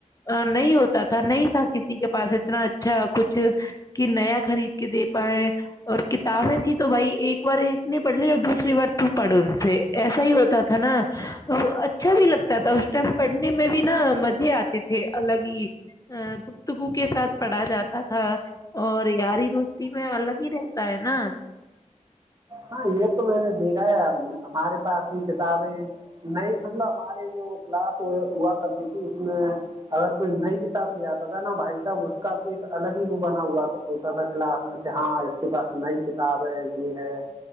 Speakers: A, on the left; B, on the right.
A: نہیں ہوتا تھا نہیں تھا کسی کے پاس اتناچ اچھا کچھ کہ نیا خرید کے دے پائائے اور کتابیں تھیں تو بھائی ایک بار ایک نے پڑھ ل یا دوسری بار تو پڑھ ان سے ایسا ہی ہوتا تھا نا اچھا بھی لگتا تھا اس ٹائم پڑھنے میں بھی نا مزے آتے تھے الگ ہی ا گفتگو کے ساتھ پڑھا جاتا تھا اور یاری دوستی میں الگ ہی رہتا ہے نا
B: ہاں یہ تو میں نے دیکھا ہے ہمارے پاس بھی کتابیں نئی مطلب ہمارے جو کلاس ہوا کرتی تھی اس میں اگر کوئی نئی کتاب لے آتا تھا نا بھائی صاحب اس کا تو ایک الگ ہی وہ بنا ہوا ہوتا تھا کلاس میں کہ ہاں اس کے پاس نئی کتاب ہے یہ ہے